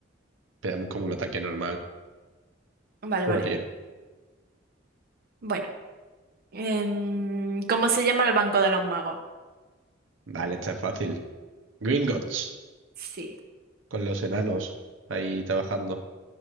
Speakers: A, on the right; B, on the right.
A: Pegamos como un ataque normal,
B: vale,
A: juraría.
B: vale. Bueno. Em, ¿cómo se llama el Banco de los Magos?
A: Vale, está fácil. Gringotts,
B: Sí.
A: con los enanos ahí trabajando.